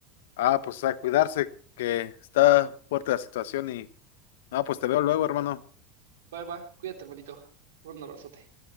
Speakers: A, on the left; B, on the right.
A: Ah, pues a cuidarse, que está fuerte la situación y... Ah, pues te veo luego, hermano.
B: Va, va, cuídate, hermanito. Un abrazote.